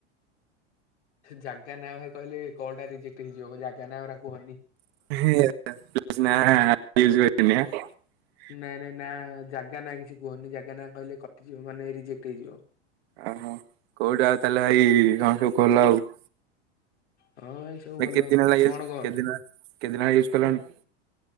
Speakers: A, on the left; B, on the right.
A: ଜାଗା ନାଁ ଭାଇ କହିଲେ କଲ ଟା ରିଜେକ୍ଟ ହେଇଯିବ ଜାଗା ନାଁ ଅରା କୁହନି।
B: <unintelligible>
A: ନାଇଁ ନାଇଁ ନା ଜାଗା ନା କିଛି କୁହନି ଜାଗା ନା କହିଲେ କଟିଯିବ ମାନେ ରିଜେକ୍ଟ ହେଇଯିବ।
B: ଓହୋ କୋଉଠି ଆଉ ତାହେଲେ ଭାଇ କଣ ସବୁ କଲ ଆଉ?
A: ହଁ ଭାଇ ସବୁ
B: କେତେ
A: ଭଲ
B: ଦିନ ହେଲା
A: କଣ
B: କେତେ
A: କଣ
B: ଦିନ କେତେ ଦିନ ହେଲା ୟୁଜ କଲଣି?